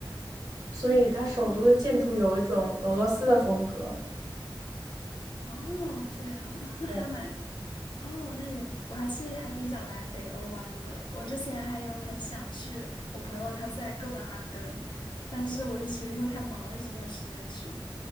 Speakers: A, on the right; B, on the left.
A: 所以它首都的建筑有一种俄罗斯的风格。
B: 哦，这样啊 <laughs> 那还蛮
A: 对，
B: 哦，那也，我还其实还挺想来北欧玩的。我之前还有很想去，我朋友他在哥本哈根，但是我一直因为太忙了，一直没有时间去。